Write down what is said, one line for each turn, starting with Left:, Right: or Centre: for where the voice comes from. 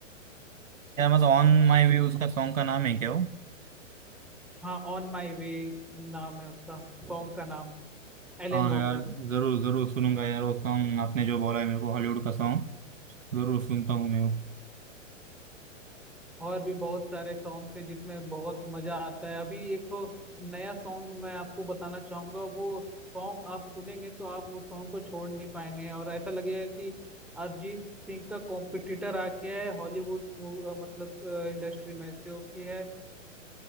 Right: यार मतलब ऑन माई व्यू उसका सॉन्ग का नाम है क्या वो
Centre: हाँ ऑन माई वे नाम है उसका सॉन्ग का नाम एलन
Right: हाँ
Centre: वॉकर
Right: यार जरूर जरूर सुनूंगा यार वो सॉन्ग आपने जो बोला है मेरे को हॉलीवुड का सॉन्ग जरूर सुनता हूँ मैं वो
Centre: और भी बहुत सारे सॉन्ग्स हैं जिसमें बहुत मजा आता है अभी एक तो नया सॉन्ग मैं आपको बताना चाहूंगा वो सॉन्ग आप सुनेंगे तो आप वो सॉन्ग को छोड़ नहीं पाएंगे और ऐसा लगेगा कि अरिजीत सिंह का कॉम्पिटिटर आ गया है हॉलीवुड मू- मतलब इंडस्ट्री में जो कि है